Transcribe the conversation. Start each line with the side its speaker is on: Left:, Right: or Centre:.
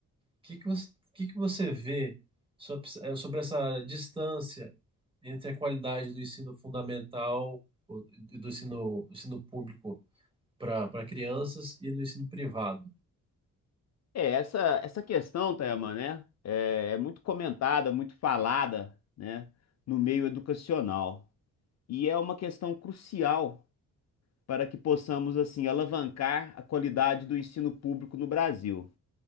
Right: que que você, que que você vê sobre, eh, sobre essa distância entre a qualidade do ensino fundamental o- e do ensino, ensino público para crianças e do ensino privado?
Left: É, essa, essa questão, Tayaman, né? É, é muito comentada, muito falada, né? No meio educacional. E é uma questão crucial para que possamos, assim, alavancar a qualidade do ensino público no Brasil.